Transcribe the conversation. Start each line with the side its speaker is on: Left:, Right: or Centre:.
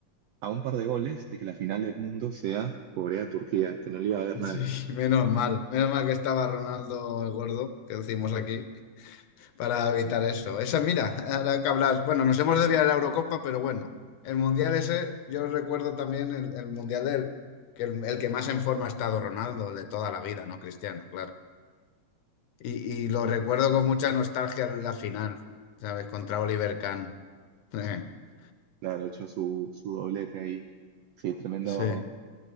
Right: a un par de goles de que la final del mundo sea Corea, Turquía, que no le iba a ver nadie.
Left: Sí, menos mal. Menos mal que estaba Ronaldo el gordo, que decimos aquí. para evitar eso. Esa, mira, ahora que hablas, bueno, nos hemos desviado de la Eurocopa, pero bueno, el Mundial ese, yo recuerdo también el, el Mundial del, que el, el que más en forma ha estado Ronaldo, el de toda la vida, ¿no? Cristiano, claro. Y, y lo recuerdo con mucha nostalgia en la final, ¿sabes? Contra Oliver Kahn. <laughs>
Right: Claro, hecho su, su doblete ahí. Sí, tremendo,
Left: Sí.